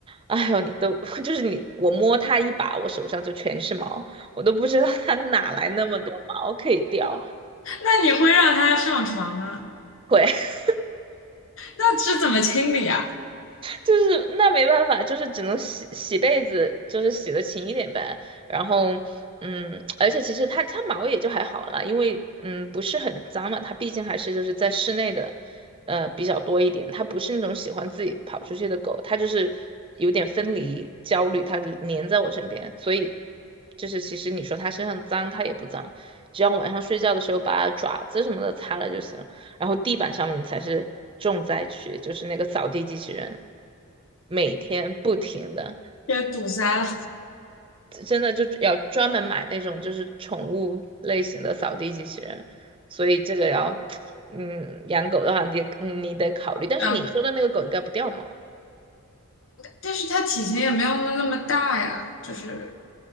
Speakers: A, on the right (about 25°); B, on the left (about 60°).
A: 哎呦，你都 <laughs> 就是你，我摸它一把，我手上就全是毛，我都不知道它哪来那么多毛可以掉。
B: 那你会让它上床吗？
A: 会，<laughs>
B: 那是怎么清理啊？
A: 就是那没办法，就是只能洗洗被子，就是洗的勤一点呗。然后，嗯，而且其实它它毛也就还好啦，因为嗯不是很脏嘛，它毕竟还是就是在室内的，呃比较多一点。它不是那种喜欢自己跑出去的狗，它就是有点分离焦虑，它就粘在我身边，所以就是其实你说它身上脏，它也不脏，只要晚上睡觉的时候把爪子什么的擦了就行。然后地板上面才是重灾区，就是那个扫地机器人，每天不停的，
B: 也堵塞了。
A: 真的就要专门买那种就是宠物类型的扫地机器人，所以这个要，嗯，养狗的话你得你得考虑，但是你说的那个狗应该不掉毛，
B: 呃，哦，但是它体型也没有那么大呀，就是